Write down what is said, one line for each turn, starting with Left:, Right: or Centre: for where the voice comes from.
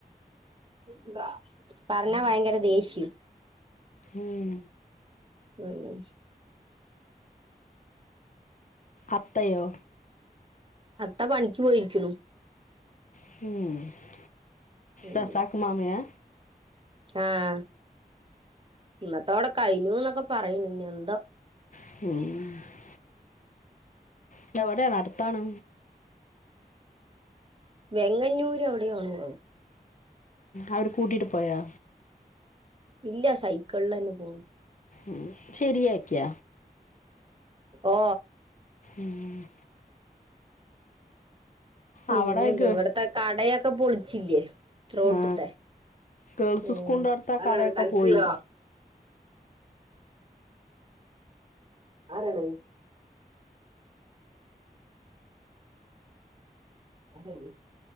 Right: ഉ പറഞ്ഞാ ഭയങ്കര ദേഷ്യം
Left: ഉം.
Right: ഉം
Left: അത്തയോ
Right: അത്താ പണിക്ക് പോയിരിക്കുന്നുു
Left: ഉം
Right: ഉം
Left: റസാക്ക് മാമയാ
Right: ആഹ ഇന്നത്തോടെ കഴിഞ്ഞു എന്നൊക്കെ പറയണ ഇനി എന്തോ
Left: ഉം ല്ല വിടെയാണ് അട് ത്താണ്
Right: വെങ്ങന്നൂര് അവിടെ ആണത്
Left: അവര് കൂട്ടിട്ട് പോയാ
Right: ഇല്ല സൈക്കിളിൽ തന്നെ പോവും
Left: ഉ ശരിയാക്കിയാ
Right: ഓ
Left: ഉം
Right: പിന്നെന്ത്
Left: അവിടെ ഗേ-
Right: ഇവിടത്തെ കടയൊക്കെ പൊളിച്ചില്ലേ റോഡ്
Left: ആ,
Right: ത്തെ
Left: ഗേൾസ്
Right: ഉ
Left: സ്കൂളിന്റെ അടുത്ത ആ
Right: അരാണ്
Left: കടയൊക്കെ
Right: തൻസീറ
Left: പോയി
Right: ആരാണഹ് ആര്